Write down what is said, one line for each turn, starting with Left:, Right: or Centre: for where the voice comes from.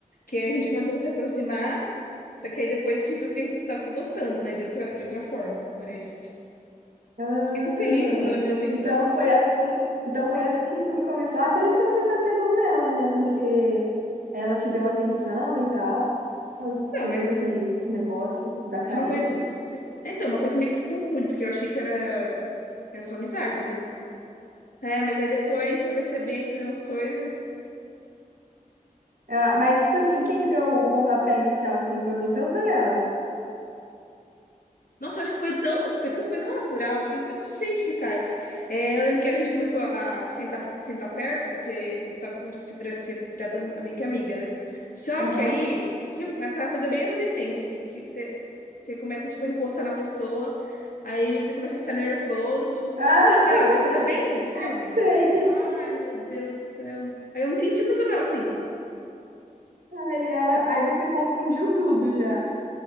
Left: que a gente começou a se aproximar, só que aí depois a gente viu que a gente tava se gostando, né? De outra, de outra forma. Mas
Right: Ah,
Left: fiquei tão feliz quando ela me deu atenção.
Right: então foi assim. Então foi assim que tudo começou. Ah, é por isso que você se apegou nela, né? Porque ela te deu atenção e tal.
Left: Não,
Right: Tinha
Left: mas
Right: todo esse, esse negócio da carência.
Left: é uma coisa. Então, uma coisa meio que se confunde, porque eu achei que era. Era só amizade, né? É, mas aí depois foi percebendo umas coisas.
Right: Ah, mas, tipo assim, quem que deu o pontapé inicial, assim, foi você ou foi ela?
Left: Nossa, eu acho que foi tão, foi tão, foi tão natural, assim, que eu não sei explicar. Eu, é, eu lembro que a gente começou a sentar, sentar perto, porque a gente tava, a vira- tinha virado amiga que amiga, né? Só
Right: Aham.
Left: que aí, que aquela coisa bem adolescente, assim, que você você começa, tipo, a encostar na pessoa, aí você começa a ficar nervoso,
Right: Ah,
Left: sabe? Coisa bem de filme.
Right: <laughs> sei.
Left: Ai, meu Deus do céu. Aí eu não entendi porque eu tava assim.
Right: Aí ela, aí você confundiu tudo já.